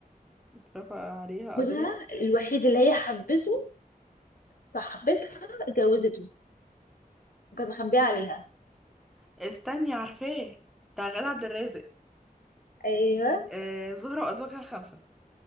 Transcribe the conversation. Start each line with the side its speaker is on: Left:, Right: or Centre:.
Centre: اترفع عليها
Left: جوزها
Centre: قضية
Left: الوحيد اللي هي حبته صاحبتها اتجوزته وكانت مخبية عليها
Centre: استني عارفاه بتاع غادة عبد الرازق
Left: ايوه
Centre: آه زهرة وأزواجها خمسة